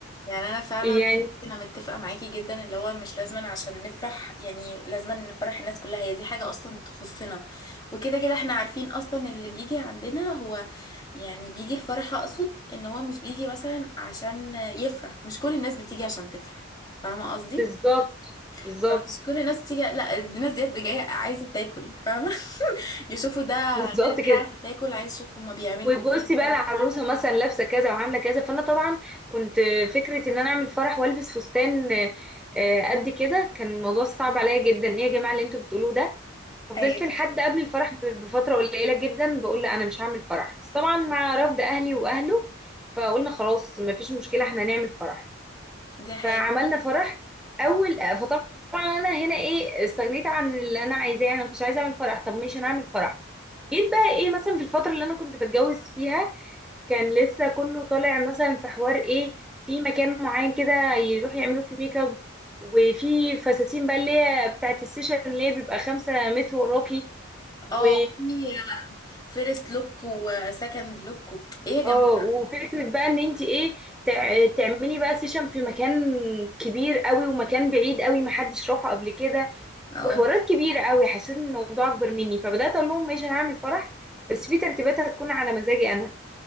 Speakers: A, on the left; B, in the centre.
A: يعني انا فعلا
B: <laughs> يعني
A: انا متفقه معاكي جدا اللي هو مش لازما عشان نفرح يعني لازما نفرح الناس كلها هي دي حاجه اصلا تخصنا وكده كده احنا عارفين اصلا اللي بيجي عندنا هو يعني بيجي الفرح اقصد ان هو مش بيجي مثلا عشان يفرح مش كل الناس بتيجي عشان تفرح فاهمه قصدي
B: بالظبط بالظبط
A: فمش كل الناس بتيجي لا الناس ديت دي جايه عايزه تاكل فاهمه <laughs> يشوفوا ده
B: بالظبط
A: غير ان
B: كده
A: هي عايزه تاكل عايز يشوفوا هما بيعملوا
B: وبصي
A: ايه بيسووا
B: بقى العروسه
A: ايه
B: مثلا لابسه كذا وعامله كذا فانا طبعا كنت فكره ان انا اعمل فرح والبس فستان آه، قد كده كان الموضوع صعب عليا جدا ايه يا جماعه اللي انتوا بتقولوه ده ففضلت
A: ايوه
B: لحد قبل الفرح ب- بفتره قليله جدا بقول لا انا مش هعمل فرح بس طبعا مع رفض اهلي واهله فقلنا خلاص ما فيش مشكله احنا هنعمل فرح
A: دي حقيقة
B: فعملنا فرح اول آه، فطبعا انا هنا ايه استغنيت عن اللي انا عايزاه يعني انا مش عايزه اعمل فرح طب مش هنعمل فرح جيت بقى ايه مثلا في الفترة اللي انا كنت بتجوز فيها كان لسه كله طالع مثلا في حوار ايه في مكان معين كده يروح يعملوا فيه ميك اب وفي فساتين بقى اللي هي بتاعت السيشن اللي هي بيبقى خمسة متر وراكي و
A: اه في فيرست لوك وسكند لوك و... ايه يا جماعة
B: اه وفكرة بقى ان انت ايه تع- تعملي بقى سيشن في مكان كبير قوي ومكان بعيد قوي محدش راحه قبل كده
A: اه
B: وحوارات كبيرة قوي حسيت ان الموضوع اكبر مني فبدأت اقول لهم ماشي انا هعمل فرح بس في ترتيبات هتكون على مزاجي انا